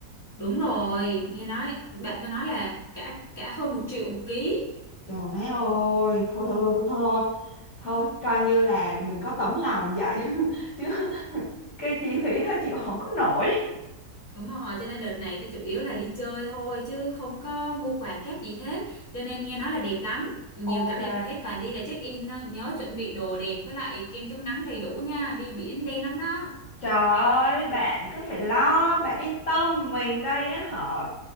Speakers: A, on the left; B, on the left.
A: đúng rồi, nghe nói bạn tao nói là cả cả hơn một triệu một ký.
B: Trời má ơi, thôi thôi thôi thôi thôi. Thôi, Thôi, coi như là mình có tấm lòng vậy <laughs> chứ cái chi phí đó chịu không có nổi.
A: Đúng rồi, cho nên đợt này tôi chủ yếu là đi chơi thôi chứ không có mua quà kép gì hết. Cho nên nghe nói là đẹp lắm. Nhiều
B: Ok.
A: cảnh đẹp mà thấy toàn đi là check in thôi. nhớ chuẩn bị đồ đẹp với lại kem chống nắng đầy đủ nha. Đi biển đen lắm đó.
B: Trời ơi, bạn cứ phải lo, bạn yên tâm, mình đây á họ